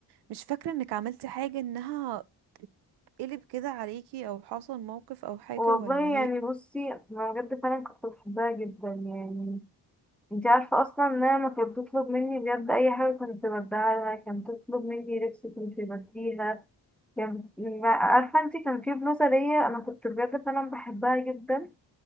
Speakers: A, on the right (about 80°); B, in the centre.
A: مش فاكرة انك عملتي حاجة انها قلب كده عليكي او حصل موقف او حاجة
B: والله
A: ولا
B: يعني
A: هي
B: بصي انا بجد فعلا كنت بحبها جدا يعني انتي عارفة اصلا انها ما كانت بتطلب مني بجد اي حاجة كنت بديها لها كانت بتطلب مني لبس كنت بديها يعني ما- عارفة انتي كان في بلوزة ليا انا كنت بجد فعلا بحبها جدا